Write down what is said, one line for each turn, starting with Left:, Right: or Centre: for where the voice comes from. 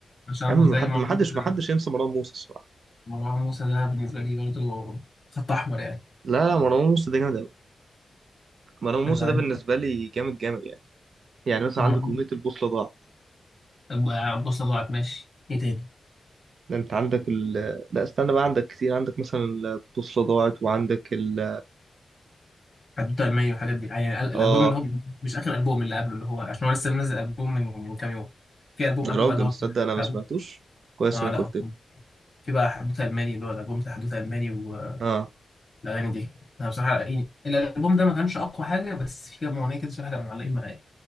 Left: عشان انا
Right: يا عم
Left: بالنسبه
Right: محد
Left: لي مروان
Right: محدش
Left: موسى ده
Right: محدش ينسى مروان موسى الصراحه
Left: مروان موسى ده بالنسبه لي برضه خط احمر يعني
Right: لا لا مروان موسى ده جامد قوي مروان موسى
Left: الأغاني-
Right: ده بالنسبه لي جامد جامد يعني يعني مثلا
Left: مروان
Right: عندك اغنيه البوصله ضاعت
Left: موسى بص ضاعت ماشي ايه تاني
Right: ده انت عندك ال... لا استنى بقى عندك كتير عندك مثلا البوصله ضاعت وعندك ال...
Left: حدوته الماني والحاجات دي يعني ال- الالبوم
Right: اه
Left: اللي هو مش اخر البوم اللي قبله اللي هو عشان هو لسه منزل البوم من من كام يوم في البوم
Right: يا
Left: قبله
Right: راجل
Left: بقى اللي هو
Right: تصدق انا ما
Left: حدوتة-
Right: سمعتوش كويس
Left: اه
Right: انك
Left: لا
Right: قلت لي
Left: في بقى حدوته الماني اللي هو الالبوم بتاع حدوته الماني والاغاني
Right: اه
Left: دي انا بصراحه إيه الالبوم ده ما كانش اقوى حاجه بس في كام اغنيه كده بصراحه كانوا معلقين معايا